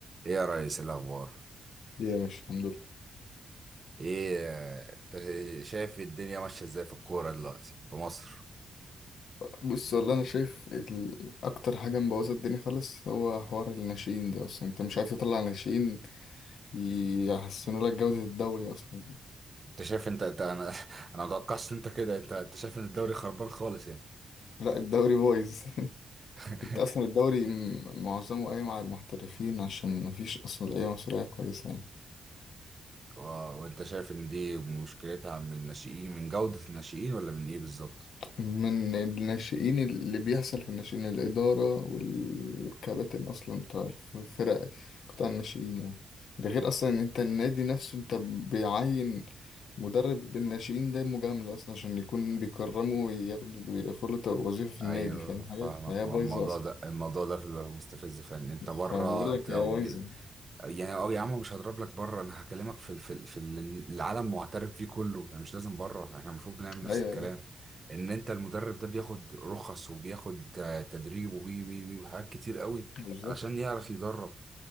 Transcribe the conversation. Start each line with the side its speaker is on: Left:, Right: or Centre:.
Right: ايه يا ريس الاخبار
Left: ليه يا مش الحمد لله
Right: ايه آه، انت شايف الدنيا ماشيه ازاي في الكوره دلوقتي في مصر
Left: بص والله انا شايف ال... اكتر حاجه مبوظه الدنيا خالص هو حوار الناشئين ده اصلا انت مش عارف تطلع ناشئين يحسنوا لك جوده الدوري اصلا
Right: انت شايف انت, انت انا <laughs> انا ما اتوقعش ان انت كده انت انت شايف ان الدوري خربان خالص يعني
Left: لا الدوري بايظ <laughs>
Right: <laughs>
Left: انت اصلا الدوري م- معظمه قايم على المحترفين عشان مفيش اصلا لعيبه مصريه كويسه يعني
Right: و- وانت شايف ان دي مشكلتها من الناشئين من جوده الناشئين ولا من ايه بالظبط
Left: من الناشئين اللي بيحصل في الناشئين الإدارة والكباتن أصلا بتاع الفرق قطاع الناشئين يعني ده غير أصلا إن أنت النادي نفسه أنت بيعين مدرب الناشئين ده مجاملة أصلا عشان يكون بيكرمه وياخده وياخد له وظيفة في
Right: ايوه
Left: النادي فاهم
Right: فاهمك
Left: حاجة؟ فهي
Right: الموضوع
Left: بايظة أصلا
Right: ده الموضوع ده بيبقى مستفز فعلا انت بره
Left: فبقول لك
Right: لو
Left: هي بايظة
Right: يعني اه يا عم مش هضرب لك بره انا هكلمك في في في ال- العالم معترف بيه كله يعني مش لازم بره احنا المفروض بنعمل نفس
Left: أيوه
Right: الكلام
Left: أيوه
Right: ان انت المدرب ده بياخد رخص وبياخد آه، تدريب وي وي وي وحاجات كتير قوي
Left: بالظبط
Right: علشان يعرف يدرب